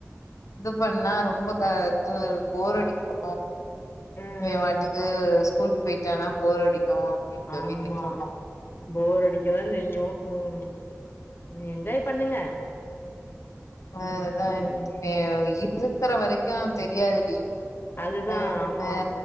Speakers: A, on the left (about 80°); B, on the left (about 45°).
A: இது பண்ணா ரொம்ப க இது போரடிக்கு
B: ஆ ஆ
A: இவாட்டுக்கு ஸ்கூலுக்கு போயிட்டானா போர் அடிக்கு அப்டின்னு
B: ஆம்மா
A: சொல்லிட்ருந்தோ
B: போர் அடிக்கதா செய்யு ம் நீ என்ஜாய் பண்ணுங்க
A: அ அதா
B: ம்
A: இருக்குற வரைக்கு தெரியாதுடி
B: அது தா
A: அ
B: ஆமா
A: ஆ